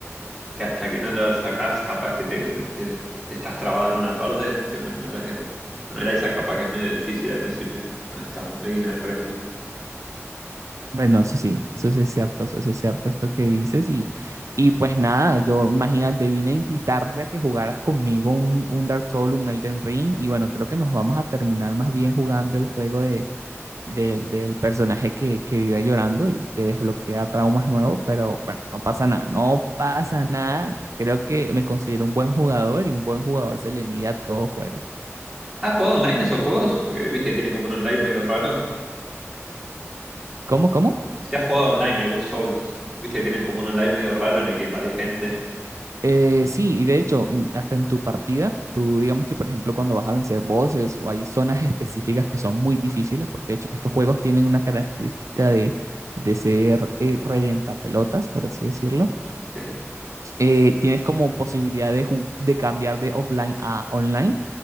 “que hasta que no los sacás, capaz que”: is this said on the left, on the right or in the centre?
Centre